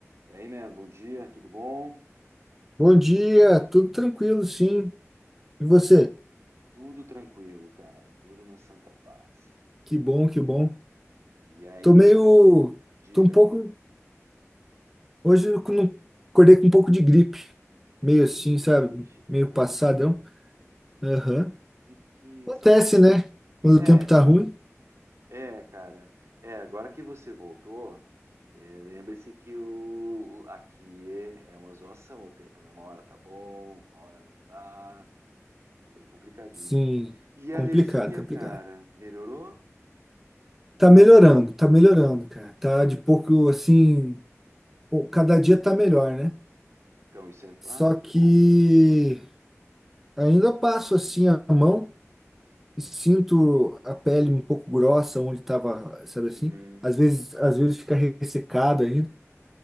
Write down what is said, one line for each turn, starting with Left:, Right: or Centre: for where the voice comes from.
Right: Daí, man, bom dia, tudo bom?
Centre: Bom dia, tudo tranquilo, sim. E você?
Right: Tudo tranquilo, cara, tudo na santa paz.
Centre: Que bom, que bom.
Right: E aí,
Centre: Tô meio,
Right: cara, diga.
Centre: tô um pouco, hoje eu não- acordei com um pouco de gripe, meio assim,
Right: Ixi,
Centre: sabe?
Right: cara,
Centre: Meio passadão. Aham.
Right: ente- que, que
Centre: Acontece,
Right: sacanagem.
Centre: né? Quando
Right: É,
Centre: o tempo tá ruim.
Right: é, cara, é, agora que você voltou, é, lembre-se que o, o- aqui é, é uma zoação o tempo, né? Uma hora tá bom, uma hora não tá, é bem complicadinho.
Centre: Sim,
Right: E a
Centre: complicado,
Right: alergia,
Centre: complicado.
Right: cara, melhorou?
Centre: Tá melhorando, tá melhorando, cara. Tá de pouco assim, pô, cada dia tá melhor, né?
Right: Então, isso é,
Centre: Só
Right: ah, que
Centre: que
Right: bom.
Centre: ainda passo assim a mão sinto a pele um pouco grossa onde estava, sabe
Right: Uhum.
Centre: assim? Às vezes, às vezes fica ressecado ainda.